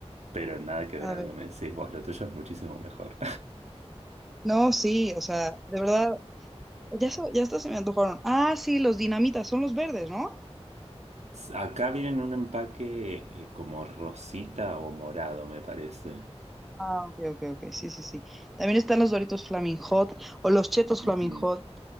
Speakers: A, on the right; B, in the centre.
A: Pero nada que ver
B: a
A: a
B: ver.
A: lo que me decís vos, lo tuyo es muchísimo mejor.
B: No, sí, o sea, de verdad, ya, so- ya hasta se me antojaron. Ah, sí, los dinamitas, son los verdes, ¿no?
A: <laughs> Acá vienen en un empaque eh, como rosita o morado, me parece.
B: Ah, ok, ok, ok, sí, sí, sí. También están los Doritos Flaming Hot o los Chetos
A: Ujú.
B: Flaming Hot.